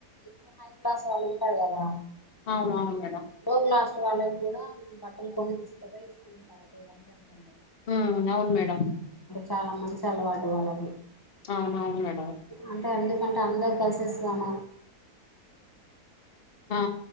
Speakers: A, on the left (about 20°); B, on the left (about 40°).
A: ఎక్కువ హై క్లాస్ వాళ్ళు ఉంటారు కదా.
B: అవును అవును మేడం
A: లో క్లాస్ వాళ్ళకి కూడా బట్టలు పొంగ తీస్కపోయ్ ఎస్కుంటున్నారు అంట
B: ఆ అవును మేడం
A: చాలా మంచి అలవాటు వాళ్ళకి
B: అవున వున్ మేడం
A: అంటే ఎందుకంటే అందరూ కలిసి ఇస్తామ
B: ఆ